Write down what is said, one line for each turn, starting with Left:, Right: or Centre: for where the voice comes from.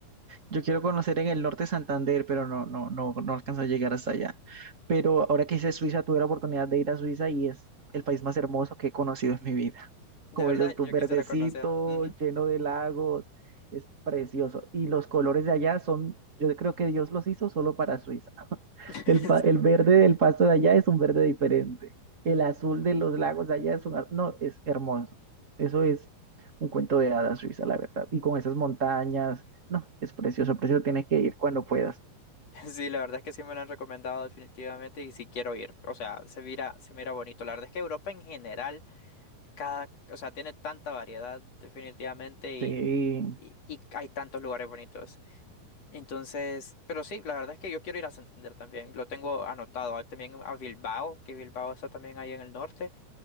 Right: Yo quiero conocer en el norte Santander, pero no, no, no, no alcanzó a llegar hasta allá. Pero ahora que hice Suiza, tuve la oportunidad de ir a Suiza y es el país más hermoso que he conocido en mi vida.
Left: De
Right: como
Left: verdad,
Right: dices tú,
Left: yo
Right: verdecito,
Left: quisiera conocer. Ujú.
Right: lleno de lagos, es precioso. Y los colores de allá son, yo creo que Dios los hizo solo para Suiza.
Left: <laughs>
Right: El, pa- el verde del pasto de allá es un verde diferente. El azul de los lagos de allá es un, a- no, es hermoso. Eso es un cuento de hadas Suiza, la verdad. Y con esas montañas, no, es precioso, precioso, tienes que ir cuando puedas.
Left: <laughs> Sí, la verdad es que sí me lo han recomendado definitivamente y sí quiero ir. O sea, se mira, se mira bonito. La verdad es que Europa en general, cada, o sea, tiene tanta variedad definitivamente y,
Right: Sí,
Left: y, y hay tantos lugares bonitos. Entonces, pero sí, la verdad es que yo quiero ir a Santander también. Lo tengo anotado. Ah, También a Bilbao, que Bilbao está también ahí en el norte.